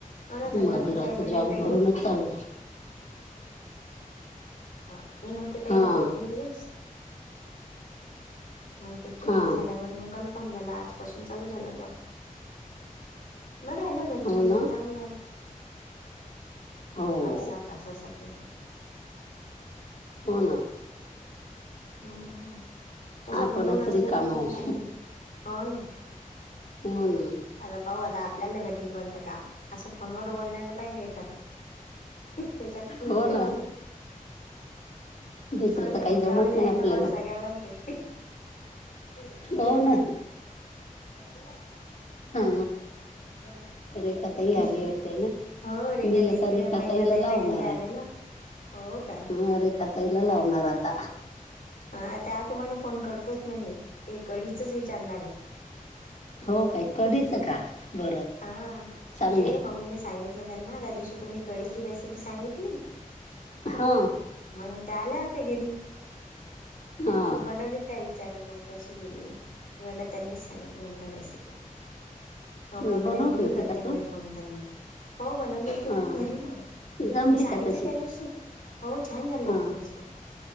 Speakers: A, on the left; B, on the left.
A: हो ना त्यांना
B: मधुराचा
A: पण ते पहिले
B: जॉब
A: ट्रेनिंग
B: घरूनच चालू झालं.
A: हा नि होते पहिले
B: हा
A: दोन-तीन दिवस मग ते ट्रेनिंग
B: हा
A: झाल्यावर मग कन्फर्म झाला आजपासून चालू झाला जॉब. बरं आहे ना घरच्या
B: हो ना
A: घरी चांगलं आहे.
B: हो
A: पाच सहा तासासाठी
B: हो ना,
A: हम्म हम् कस
B: आपणच
A: घरून असलं
B: रिकामा
A: की टेन्शन
B: होऊ
A: नाही हो ना.
B: हो ना
A: आता पाह आता आपल्याला भेटेल कोणतं काम असं फोनवर बोलण्याच पाहिजे एखादं. त्याच्यात पण
B: हो ना दुसरं
A: हो
B: तर
A: नाही
B: काही
A: हे
B: जमत
A: काम दिलं
B: नाही आपल्याला
A: तर मग सगळ्यालाच भेटते. ज राज
B: हो ना
A: बोला <unintelligible>
B: हा
A: बार <unintelligible>
B: रेखाताई आली वाटते ना
A: हो रेखाद्या
B: मी आता
A: इकडे
B: रेखाताईला
A: महिमा त्या
B: लावणार
A: याच्या घरी
B: आहे
A: आले ना. हो का
B: हा रेखाताईला लावणार आता
A: हा त्या तुम्हाला फोन करतच म्हणे ते कडीचच विचारणार आहे.
B: हो काही कढी च का बरं.
A: हा
B: चांगलं
A: ते मम्मीने सांगितलं त्यांना त्या दिवशी तुम्ही कढीची रेसिपी सांगितली.
B: हा
A: मग त्या आल्या होत्या. घरी
B: हा
A: मग बनवले त्या विचार मग कशी केली मी म्हणलं त्यांनीच सांगितलं. मुटा रेसपी हो
B: हं,
A: का म्हणे
B: बनवली
A: मग मी
B: होती
A: करते
B: का
A: म्हणे
B: तू
A: फोन त्यांना, हो बनवलीेते
B: हं.
A: ना घरी
B: जमली
A: तुम्ही सांगितली
B: का तशीच
A: त्या दिवशी हो छान झाले
B: हं,
A: होते मस्त,